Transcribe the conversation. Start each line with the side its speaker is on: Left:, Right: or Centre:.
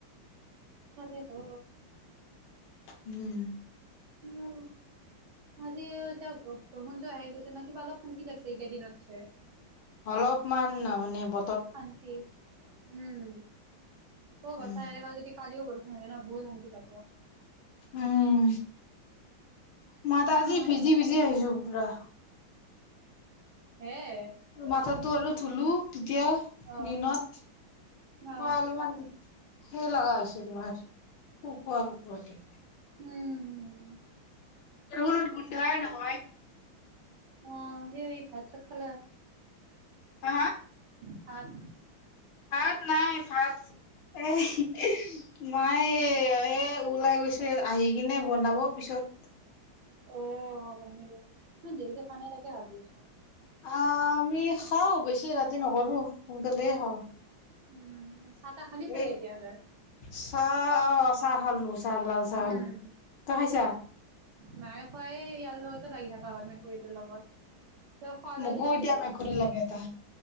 Right: তাকেতো
Left: উম
Right: অ আজি এতিয়া গহণ চাৰ আহি গৈছে ন কিবা অলপ শান্তি লাগিছে এইকেই দিনত চে
Left: অলপমান মানে ব
Right: শান্তি উম অ বাছা
Left: উম
Right: এনেকে যদি কালিও বৰষুণ আহে ন বৰ বহুত শান্তি থপ <unintelligible>
Left: উম মই ত আজি
Right: অ',
Left: ভিজি ভিজি আহিছো পুৰা
Right: হে
Left: তোৰ মাঠা টো আৰু থুলো। তেতিয়া
Right: অ',
Left: দিনত
Right: অ',
Left: পোৱাল সেই লগা আছে তোমাৰ শুকোৱা শুকোৱা তে
Right: উম
Left: ৰহনত গোন্ধাই নহয়
Right: উম উই ভাত চাত খালা?
Left: অ
Right: সাত
Left: ভাত নাই ভাত এ হে মায়ে এই ওলাই গৈছে আহি কিনে বনাব পিছত
Right: অ সেনেকে ইমান দেৰিলৈকে খোৱা নাই তাকে ভাবি আছো
Left: অ আমি খাওঁ ব বৰ বেছি ৰাতি নকৰো সোনকালে হল।
Right: উম, চাহ তাহ খালি চাগে
Left: এ
Right: এতিয়া তই?
Left: চ চাহ খালো চাহ লাল চাহ
Right: উম।
Left: তই খাইছা?
Right: নাই খোৱা এই ইয়াৰ লগতে লাগি থকা হ'ল মেকুৰীটোৰ লগত কিয় খোৱালে
Left: মোকো
Right: দিছো
Left: এতিয়া মেকুৰী লাগে এটা